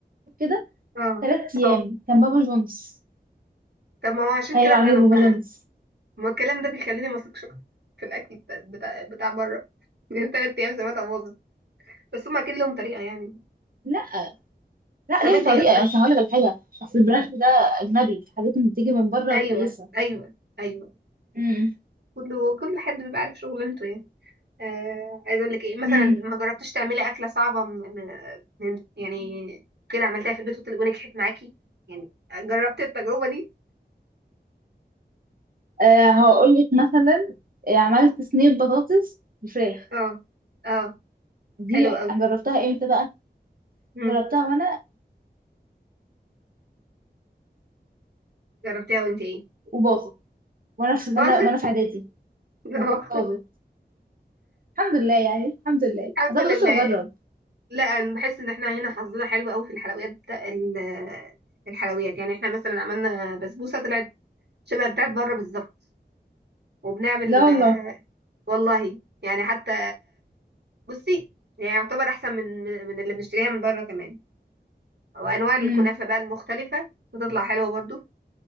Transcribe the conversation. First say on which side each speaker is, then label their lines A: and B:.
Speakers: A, on the right (about 55°); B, on the right (about 70°).
A: كده
B: اه
A: ثلاث ايام
B: اه
A: كان بابا جونز
B: طب ما هو عشان
A: تخيل
B: كده
A: عامل
B: احنا ببنا...
A: بابا جونز
B: ما الكلام ده بيخليني ما اثقش في الأكل بتاع بتاع, بتاع بره <laughs> لأن تلات أيام سمعتها باظت بس هما أكيد لهم طريقة يعني
A: لا لا
B: طب
A: ليهم
B: انتي
A: طريقه
B: بس
A: يعني مش هقول لك الحاجه اصل البراند ده اجنبي حاجات اللي بتيجي من بره
B: ايوه
A: كويسه
B: ايوه ايوه
A: امم
B: كله كل حد بيبقى عارف شغلانته يعني آه عايز اقول لك ايه مثلا
A: امم
B: ما جربتش تعملي اكله صعبه من من يعني كده عملتها في البيت وطل- ونجحت معاكي يعني جربتي التجربه دي
A: أه هقول لك مثلا آه، عملت صينيه بطاطس بالفراخ
B: اه اه
A: دي
B: حلو قوي
A: جربتها امتى بقى
B: مم.
A: جربتها وانا
B: جربتيها وانت ايه
A: وباظت وانا في
B: باظت
A: وانا وانا في اعدادي
B: <laughs>
A: باظت
B: اه
A: الحمد لله يعني الحمد لله
B: الحمد
A: انا
B: لله
A: كنت لسه بجرب
B: لا انا بحس ان احنا هنا حظنا حلو قوي في الحلويات بتا- ال- الحلويات يعني احنا مثلا عملنا بسبوسه طلعت شبه بتاعت بره بالظبط وبنعمل
A: لا
B: آه،
A: والله
B: والله يعني حتى بصي يعني يعتبر احسن من من من اللي بنشتريها من بره كمان وانواع الكنافه
A: امم
B: بقى المختلفه بتطلع حلوه برضو